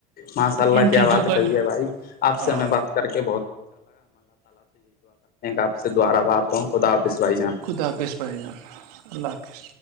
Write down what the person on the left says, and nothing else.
ماشاء
اللہ
کیا
بات
کہی
ہے بھائی آپ
سے ہمیں بات کے آپ سے دوبارہوات ہوں خدا آپس بھائی جان